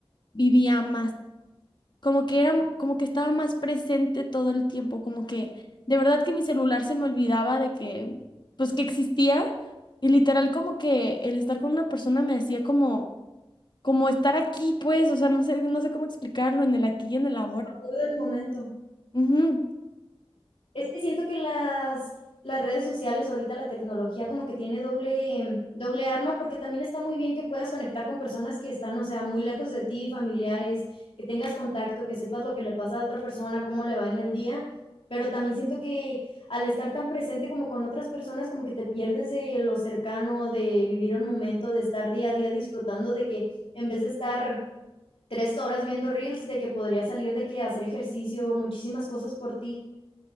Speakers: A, on the left; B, on the left.
A: vivía más como que era, como que estaba más presente todo el tiempo, como que de verdad que mi celular se me olvidaba de que, pues que existía y literal como que el estar con una persona me hacía como, como estar aquí, pues, o sea, no sé, no sé cómo explicarlo en el aquí y en el ahora.
B: disfrutar del momento.
A: Ujú.
B: Es que siento que las, las redes sociales, ahorita la tecnología como que tiene doble, doble arma, porque también está muy bien que puedas conectar con personas que están, o sea, muy lejos de ti, familiares, que tengas contacto, que sepas lo que le pasa a otra persona, cómo le va en el día, pero también siento que al estar tan presente como con otras personas, como que te pierdes de lo cercano, de vivir el momento, de estar día a día disfrutando, de que en vez de estar tres horas viendo reels, de que podría salir de que hacer ejercicio, muchísimas cosas por ti.